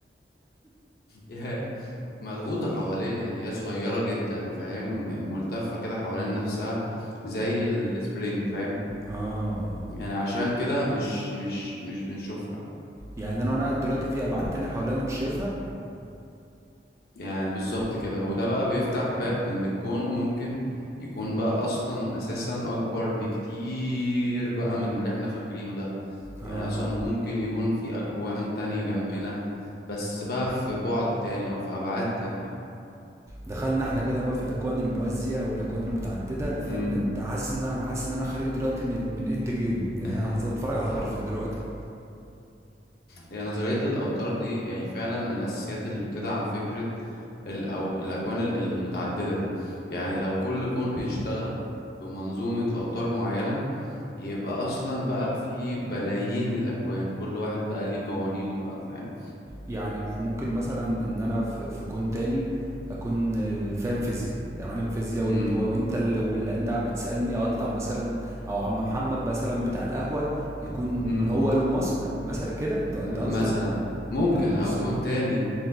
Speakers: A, on the left; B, on the right.
A: يا- مضغوطة حوالينا يعني هي صغيرة جدا فاهم ملتفة كده حوالين نفسها زي السبرينج فاهم
B: آه.
A: يعني عشان كده مش مش مش بنشوفها
B: يعني انا وانا قاعد دلوقتي في ابعاد تانية حواليا انا مش شايفها
A: يعني بالظبط كده وده بقى بيفتح باب ان الكون ممكن يكون بقى اصلا اساسا اكبر بكتير بقى من اللي احنا فاكرينه ده
B: اه
A: يعني اصلا وممكن يكون في اكوان تانية جنبنا بس بقى في بعد تاني او في ابعاد تانية
B: دخلنا احنا كده بقى في الاكوان الموازيه والاكوان المتعدده فانت
A: امم
B: حاسس ان انا انا حاسس ان انا خارج دلوقتي من من اند جيم يعني
A: <laughs>
B: انا حاسس بتفرج على مارفل دلوقتي
A: يعني نظرية الأوتار دي يعني فعلا من الأساسيات اللي بتدعم فكرة ال- أو الأكوان ال- ال- المتعددة دي يعني لو كل كون بيشتغل بمنظومة أوتار معينة يبقى اصلا بقى في بلايين الاكوان كل واحد بقى ليه قوانينه بقى فاهم
B: يعني ممكن مثلا ان انا في في كون تاني اكون آه، فاهم فيزياء عالم فيزياء
A: امم
B: وانت وانت ال- واللي انت قاعد بتسالني او اطلع مثلا او عم محمد مثلا بتاع القهوه يكون
A: امم
B: هو ايلون ماسك مثلا كده انت ده
A: مثلا
B: قصدك
A: ممكن
B: يا نهار
A: او
B: اسود
A: كون تاني